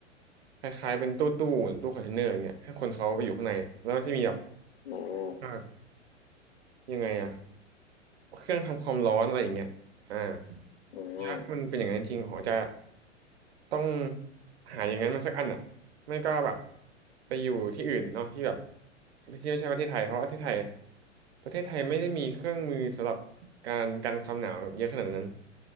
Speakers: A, on the right; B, on the left.
A: คล้ายๆเป็นตู้ตู้ตู้คอนเทนเนอร์อย่างเงี้ยให้คนเขาไปอยู่ข้างในแล้วมันจะมีแบบ
B: อืม
A: จากยังไงอะเครื่องทำความร้อนอะไรอย่างเงี้ยอ่า
B: อืม
A: ถ้ามันเป็นอย่างนั้นจริงผมจะต้องหาอย่างนั้นมาสักอันอะไม่ก็แบบไปอยู่ที่อื่นเนาะที่แบบที่ไม่ใช่ประเทศไทยเพราะว่าประเทศไทยประเทศไทยไม่ได้มีเครื่องมือสำหรับการกันความหนาวเยอะขนาดนั้น